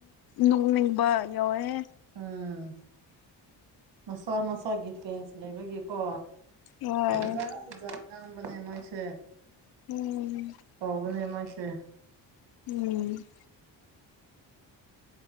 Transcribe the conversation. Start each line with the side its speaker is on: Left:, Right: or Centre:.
Left: ꯅꯣꯛꯅꯤꯡꯕ ꯌꯥꯎꯋꯦꯍꯦ
Right: ꯎꯝ ꯃꯁꯥ ꯃꯁꯥꯒꯤ ꯐꯦꯟꯁ ꯂꯩꯕꯒꯤꯀꯣ
Left: ꯍꯣꯏ
Right: ꯖꯥ ꯖꯥ ꯉꯥꯡꯕꯅꯦ ꯃꯣꯏꯁꯦ
Left: ꯎꯝ
Right: ꯇꯧꯕꯅꯦ ꯃꯣꯢꯀꯤ
Left: ꯎꯝ